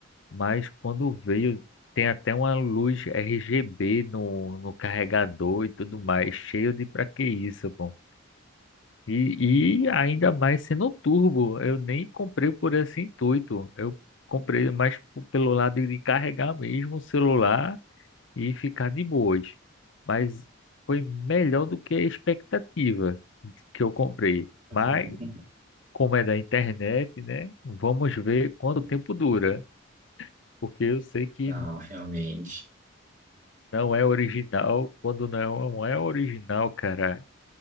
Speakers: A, on the left; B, on the right.
A: Mas quando veio, tem até uma luz RGB no, no carregador e tudo mais. Cheio de pra que isso, pô? E, e ainda mais sendo turbo. Eu nem comprei por esse intuito. Eu comprei mais p- pelo lado de carregar mesmo o celular e ficar de boas. Mas foi melhor do que a expectativa que eu comprei.
B: <laughs>
A: Mas, como é da internet, né? Vamos ver quanto
B: Sim.
A: tempo dura. Porque eu sei que
B: Não, realmente.
A: não é original. Quando não é original, cara,